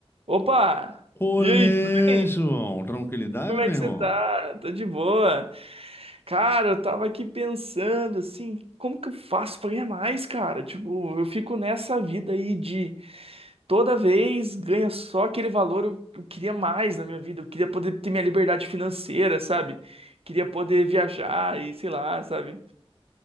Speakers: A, on the right; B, on the left.
A: Opa!
B: Olê,
A: E aí, tudo bem?
B: João. Tranquilidade,
A: Como
B: meu
A: é que
B: irmão?
A: você tá? Tô de boa. Cara, eu tava aqui pensando assim, como que eu faço pra ganhar mais, cara? Tipo, eu fico nessa vida aí de toda vez ganha só aquele valor, eu, eu queria mais na minha vida, eu queria poder ter minha liberdade financeira, sabe? Queria poder viajar e sei lá, sabe?